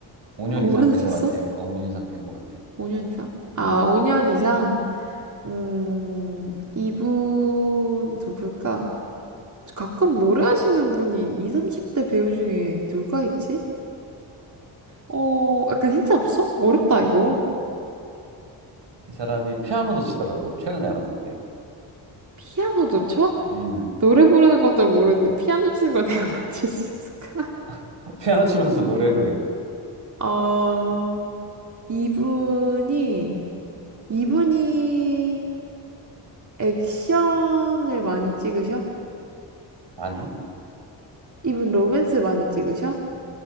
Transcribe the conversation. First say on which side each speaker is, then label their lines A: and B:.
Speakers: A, on the right; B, on the right.
A: 5년
B: 아, 오래되셨어?
A: 이상 된 것 같아. 어, 5년 이상 된 것 같아.
B: 5년 이상? 아,
A: 음.
B: 5년 이상? 음, 이분 누굴까? 가끔 노래하시는 분이 20, 30대 배우 중에 누가 있지? 어, 약간 힌트 없어? 어렵다, 이거.
A: 이 사람이 피아노도 치더라고. 최근에 알았는데.
B: 피아노도 쳐?
A: 음.
B: 노래 부르는 것도 모르는데 피아노 치는 걸 내가 <laughs> 맞출 수 있을까?
A: <laughs> 피아노 치면서 노래도 해.
B: 어, 이분이, 이분이 액션을 많이 찍으셔?
A: 아니,
B: 이분 로맨스 많이 찍으셔?